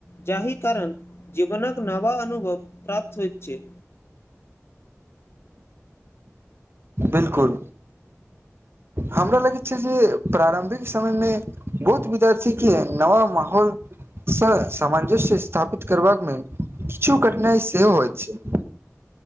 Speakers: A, on the left; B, on the right.
A: जाहि कारण जीवनकक नवा अनुभव प्राप्त होइ छै
B: बिलकुल हमरा लगैत छै जे प्रारम्भिक समय मे बहुत विद्यार्थी के नवा माहौल सामंजस्य स्थापित करबामे किछु कठिनाइ सेहो होइत छै